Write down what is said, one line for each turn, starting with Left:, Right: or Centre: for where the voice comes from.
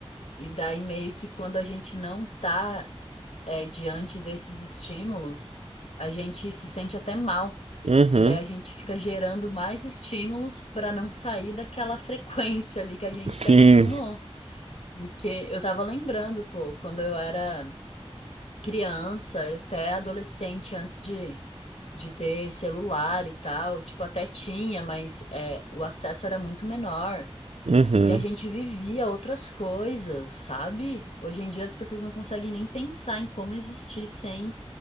Left: E daí meio que quando a gente não tá é, diante desses estímulos, a gente se sente até mal.
Right: uhum.
Left: E daí a gente fica gerando mais estímulos para não sair daquela <laughs> frequência ali que a gente
Right: Sim,
Left: se acostumou. Porque eu tava lembrando, pô, quando eu era criança, até adolescente, antes de, de ter celular e tal, tipo, até tinha, mas é, o acesso era muito menor.
Right: uhum.
Left: E a gente vivia outras coisas, sabe? Hoje em dia as pessoas não conseguem nem pensar em como existir sem